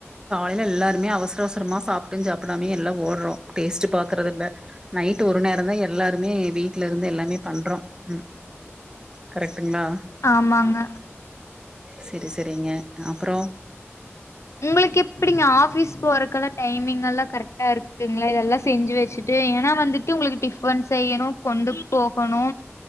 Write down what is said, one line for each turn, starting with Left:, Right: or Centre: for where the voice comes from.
Right: ல்ல எல்லாருமே அவசர அவசரமா சாப்ட்டுஞ் சாப்டாமயு எல்லா ஓட்றோ டேஸ்ட்டு பாக்கறதில்ல நைட்டு ஒரு நேரந்தா எல்லாருமே வீட்லருந்து எல்லாமே பண்றோ ம் கரக்ட்டுங்களா
Left: ஆமாங்க
Right: செரி செரிங்க அப்றோ
Left: உங்களுக்கு எப்படிங்க ஆஃபிஸ் போறக்கெல்லா டைமிங் எல்லா கரக்ட்டா இருக்குங்களா இதெல்லா செஞ்சு வெச்சுட்டு ஏன்னா வந்துட்டு உங்களுக்கு டிஃப் பன் செய்யணு கொண்டு போகணு